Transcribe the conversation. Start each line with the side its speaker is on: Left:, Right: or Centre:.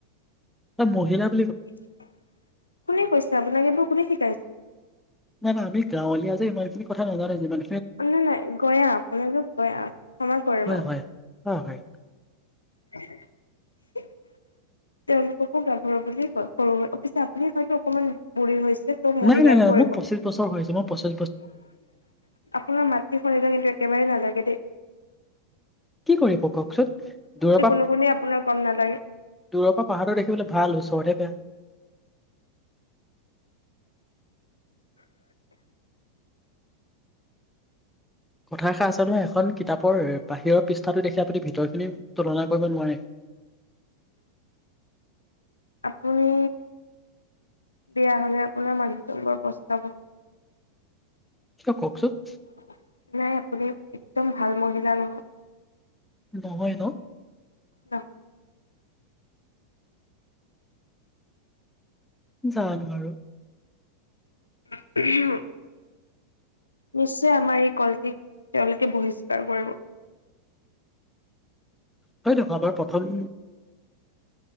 Centre: ত মহিলাক -
Left: <unintelligible> কোনে কৈছে আপোনাক এইটো? কোনে শিকাইছে?
Centre: নাই আমি গাঁৱলীয়া যে ইমানখিনি কথা নাজানে যিমান
Left: অ', নাই নাই গৈ আহ, আপোনালোক গৈ আহ, ক্ষমা কৰিব।
Centre: হয় হয় হয় হয়
Left: <unintelligible> উ তেওঁলোককো যাব বুলিয়ে কয় সৰু হৈ পিছে আপুনি হয়তো অকমান বুঢ়ী হৈছে- ত' মহিলাক
Centre: নাই, নাই, নাই,
Left: পৰিব।
Centre: মোৰ পশিছ বছৰ হৈছে, মোৰ পশিছ
Left: <unintelligible> আপোনাৰ মাতৃ ফণিটো কিন্তু একেবাৰেই ভাল। এগেতি
Centre: কি কৰিব কওঁকচোন দুৰৰপৰা,
Left: কোনো গুণেই আপোনাৰ কম নালাগে।
Centre: দুৰৰপৰা পাহাৰটো দেখিবলৈ ভাল ওচৰতহে বেয়া। কথা এষাৰ আছে নহয় এখন কিতাপৰ বাহিৰৰ পৃষ্ঠাটো দেখ আপূনি ভিতৰ খিনি তুলনা কৰিব নোৱাৰে।
Left: আপুনি বেয়া হলে আপোনাৰ মানুহটো বৰ পস্তাব।
Centre: ছাৰ কওঁকচোন।
Left: <inaudible> নাই আপুনি একদম ভাল মহিলা নহয়।
Centre: নহয় ন
Left: ন
Centre: জানো আৰু
Left: ওম ওমহ নিশ্চয় আমাৰ এই কলটিক তেওঁলোকে বহিষ্কাৰ কৰিব
Centre: হয় দেখোন আমাৰ প্ৰথম